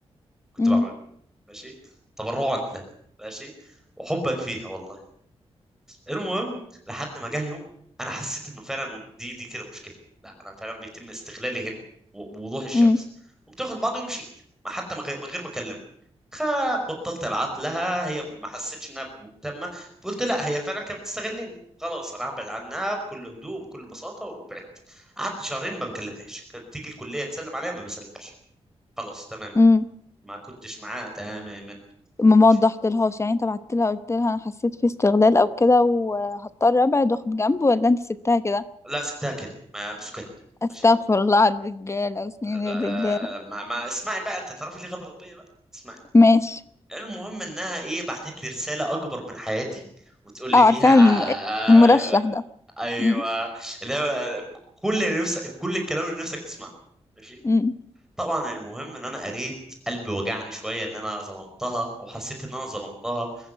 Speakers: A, in the centre; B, on the left.
A: كنت
B: امم
A: بعمله ماشي تبرعا لها ماشي وحبا فيها والله المهم لحد ما جه يوم انا حسيت انه فعلا دي دي كده مشكله لا انا فعلا بيتم استغلالي هنا و- بوضوح الشمس
B: امم
A: قمت واخد بعضي ومشيت ما حتى من غير من غير ما اكلمها خ- بطلت ابعت لها هي ما حسيتش انها مهتمه قلت لا هي فعلا كانت بتستغلني خلاص انا هبعد عنها بكل هدوء بكل بساطه وبعدت قعدت شهرين ما بكلمهاش كانت تيجي الكليه تسلم عليها ما بسلمش خلاص تماما
B: امم
A: ما كنتش معاها تماما
B: ما ما
A: ماشي
B: وضحتلهاش يعني انت بعت لها قلت لها انا حسيت في استغلال او كده وهضطر ابعد واخد جنب ولا انت سبتها كده
A: لا سبتها كده ما بسكت
B: استغفر
A: ماشي
B: الله على الرجاله وسنين
A: ب-
B: الرجاله
A: ما, ما اسمعي بقى انت تعرفي ليه غدرت بيا بقى اسمعي
B: ماشي
A: المهم انها ايه بعتت لي رساله اكبر من حياتي وتقول لي
B: اه
A: فيها
B: عارفاها الم... المرشح
A: ايوه
B: ده
A: ايوه
B: امم
A: اللي هو كل اللي نفسك كل الكلام اللي نفسك تسمعه ماشي
B: امم
A: طبعا المهم ان انا قريت قلبي وجعني شويه ان انا ظلمتها او حسيت ان انا ظلمتها